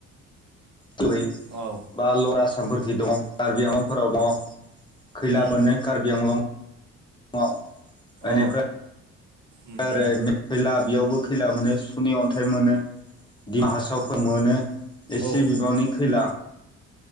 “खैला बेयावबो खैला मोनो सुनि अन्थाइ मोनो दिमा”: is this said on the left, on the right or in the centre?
Left